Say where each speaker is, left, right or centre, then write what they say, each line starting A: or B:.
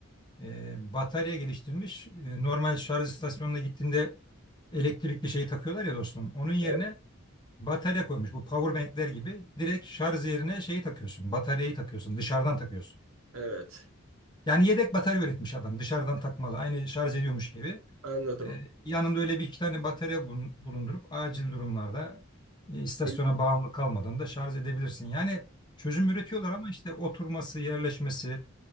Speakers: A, on the left (about 20°); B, on the right (about 70°).
A: e, batarya geliştirmiş. E, normal şarj istasyonuna gittiğinde elektrikli şeyi takıyorlar ya dostum. Onun yerine
B: evet,
A: batarya koymuş. Bu power bankler gibi direkt şarj yerine şeyi takıyorsun. Bataryayı takıyorsun. Dışarıdan takıyorsun.
B: evet.
A: Yani yedek batarya üretmiş adam. Dışarıdan takmalı. Aynı şarj ediyormuş gibi.
B: Anladım.
A: E, yanında öyle bir iki tane batarya bulun- bulundurup acil durumlarda e, istasyona
B: Evet,
A: bağımlı kalmadan da şarj edebilirsin. Yani çözüm üretiyorlar ama işte oturması, yerleşmesi